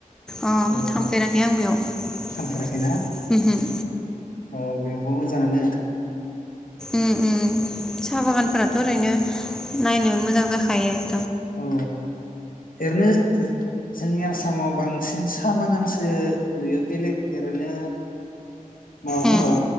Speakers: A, in the centre; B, on the left (about 80°).
A: अ
B: औ
A: थांफेराखै आं बेयाव ओमहो
B: थांफेराखैना
A: ।
B: अ बेयावबो मोजांआनो
A: उम उम साहा बागानफोराथ' ओरैनो नायनो मोजां जाखायो ।
B: औ। ओरैनो जोंनि आसामाव बांसिन साहा बागानसो नुयो बेलेग ओरैनो माबाफोराव
A: उम